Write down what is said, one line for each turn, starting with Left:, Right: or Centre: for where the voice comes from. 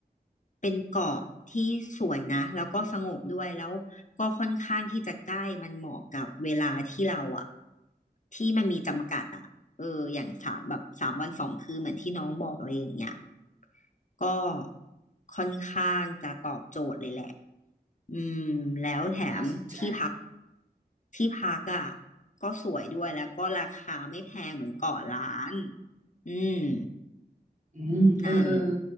Left: เป็นเกาะที่สวยนะแล้วก็สงบด้วยแล้วก็ค่อนข้างที่จะใกล้มันเหมาะกับเวลาที่เราอะที่มันมีจำกัดอะเอออย่างสามแบบสามวันสองคืนเหมือนที่น้องบอกอะไรอย่างเงี้ยก็ค่อนข้างจะตอบโจทย์เลยแหละอืมแล้วแถมที่พัก
Right: น่าสนใจ
Left: ที่พักอ่ะก็สวยด้วยแล้วก็ราคาไม่แพงเหมือนเกาะล้านอืม
Right: อืมเออเออ
Left: นั่นแหละ